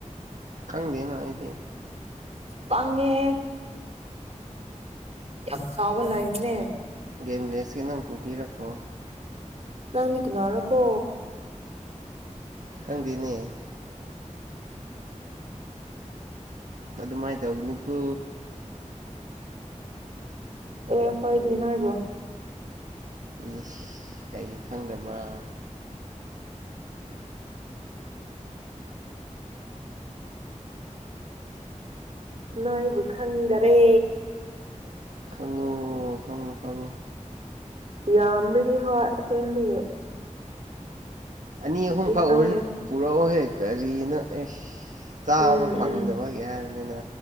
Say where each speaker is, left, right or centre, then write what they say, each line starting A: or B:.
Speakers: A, on the right; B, on the right.
A: ꯈꯪꯗꯦꯅ ꯑꯩꯗꯤ
B: ꯄꯪꯉꯦ ꯌꯥꯝ ꯆꯥꯎꯕ ꯂꯪꯕꯅꯦ
A: ꯒꯦꯝꯕꯤꯂꯦꯁꯀꯤ ꯅꯪ ꯄꯨꯕꯤꯔꯛꯄ꯭ꯔꯣ
B: ꯅꯪꯗꯤ ꯀꯤꯅꯔꯥꯀꯣ
A: ꯈꯪꯗꯦꯅꯦ ꯑꯗꯨ ꯃꯥꯥꯏ ꯇꯧꯒꯅꯨꯀꯣ
B: ꯑꯦ ꯈꯣꯏꯗꯤ ꯅꯣꯏꯕꯣ꯫
A: ꯏꯁ ꯀꯩ ꯈꯪꯗꯕ꯭ꯔꯥ
B: ꯅꯣꯏꯕꯨ ꯈꯪꯗꯔꯦ꯫
A: ꯈꯪꯉꯨ ꯈꯪꯉꯨ ꯍꯪꯉꯣ
B: ꯌꯥꯝꯕꯗꯤ ꯍꯣꯏ ꯁꯦꯡꯕꯒꯤ꯫
A: ꯑꯅꯤ ꯍꯨꯝ ꯈꯥꯎ
B: ꯈꯪꯗꯦ
A: ꯑꯣꯏꯔꯁꯨ ꯄꯨꯔꯛ ꯑꯣ ꯍꯦ ꯀꯔꯤꯅ ꯑꯦ ꯆꯥꯕ
B: ꯎꯝ
A: ꯐꯪꯗꯕꯒꯤ
B: ꯎꯝ
A: ꯍꯥꯏꯕꯅꯤꯅ